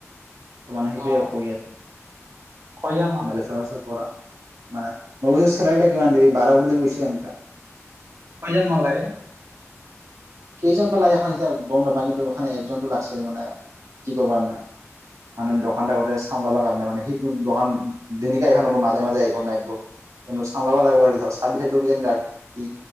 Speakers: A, on the right (about 80°); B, on the right (about 50°).
A: ত মানে সেইটোৱে
B: অ
A: কৰি আছে
B: কয়জন মান
A: মানে
B: লাগে
A: বেচা ৰাচা কৰা মানে মই কৈছো চেলাৰটা কিমান দিবি বাৰ বুলি কৈছে এনকা
B: কইজন মান লাগে
A: কেইজন বা লাগে এখন এতিয়া গম নাপাঙ কিন্তু একজনতো লাগিছে মানে কি কৰিব কাৰণে মানে দোকানত আগতে চামলাব কাৰণে মানে সেইটো দোকান দিনিকা আহিবা নো মাজে মাজে আহিব নিব কিন্তু চামলাবা লাগিব ধ চাবি থাকিব জানি ত কি